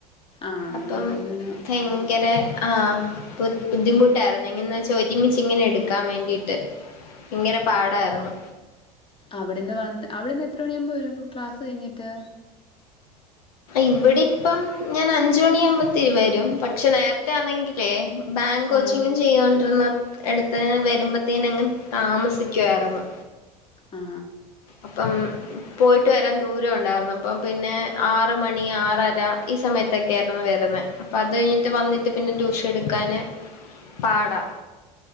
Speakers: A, on the left; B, on the left.
A: ആ
B: അപ്പം
A: അതങ്ങനെ
B: ഭയങ്കര ആഹ് ബുദ്ധിമുട്ടായിരുന്നു ഇന്ന് എന്ന് വെച്ചാൻ ഇങ്ങനെ എടുക്കാൻ വേണ്ടിട്ട് ഇങ്ങനെ പാടായിരുന്നു
A: അവിടെന്ന് വന്ന് അവിടുന്ന് എത്ര മണിയാകുമ്പ വരും ക്ലാസ്സ് കഴിഞ്ഞിട്ട്
B: ഇവിടെപ്പം ഞാൻ അഞ്ച് മണി ആകുമ്പോത്തേന് വരും പക്ഷെ നേരത്തെ ആന്നെങ്കിലേ ബാങ്ക് കോച്ചിങും
A: ആ
B: ചെയ്തോണ്ടിരുന്ന എടുത്ത് വരുമ്പോത്തേന് അങ്ങ് താമസിക്കുമായിരുന്നു
A: ആ
B: അപ്പം പോയിട്ട് വരാൻ ദൂരം ഉണ്ടായിരുന്നു അപ്പം പിന്നെ ആറ് മണി ആറര ഈ സമയത്തൊക്കെയായിരുന്നു വരുനെ അപ്പൊ അത് കഴിഞ്ഞിട്ട് വന്നിട്ട് പിന്നെ ട്യൂഷൻ എടുക്കാന് പാടാ